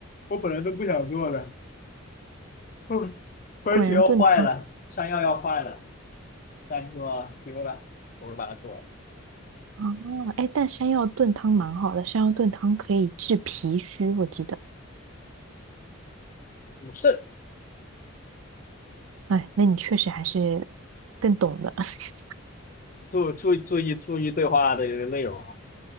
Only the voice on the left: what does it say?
我本来都不想做的，嗯，茄要要坏了，
山药要坏了，但是说丢了，我就把它做了。
是，
注注注意注意对话的内容啊，